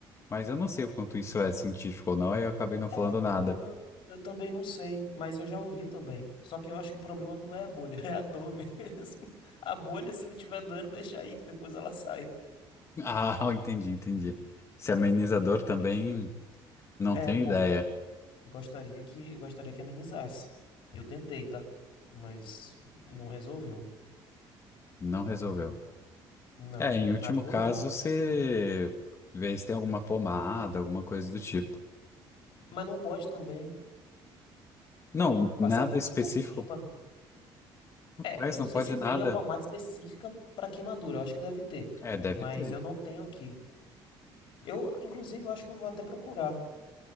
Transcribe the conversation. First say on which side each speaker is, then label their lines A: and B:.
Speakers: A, on the left (about 30°); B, on the left (about 65°).
A: Mas eu não sei o quanto isso é científico ou não, aí eu acabei não
B: é,
A: falando
B: eu
A: nada.
B: também não, eu também não sei, mas eu já ouvi também. Só que eu acho que o problema não é a bolha, <laughs> é a dor mesmo. A bolha, se não tiver doendo, deixa aí, que depois ela sai.
A: <laughs> Ah, entendi, entendi. Esse amenizador também não
B: É,
A: tenho
B: pô,
A: ideia.
B: gostaria que, gostaria que amenizasse. Eu tentei, tá? Mas não resolveu.
A: Não resolveu.
B: Não,
A: É, em
B: na
A: último
B: dor
A: caso,
B: não.
A: você vê se tem alguma pomada, alguma coisa do tipo.
B: Mas não pode também.
A: Não,
B: Passar
A: nada específico.
B: por cima?
A: Rapaz,
B: É, eu
A: não
B: não sei
A: pode
B: se tem
A: nada.
B: a pomada específica para queimadura, eu acho que deve ter,
A: É, deve
B: mas
A: ter.
B: eu não tenho aqui. Eu, inclusive, eu acho que eu vou até procurar.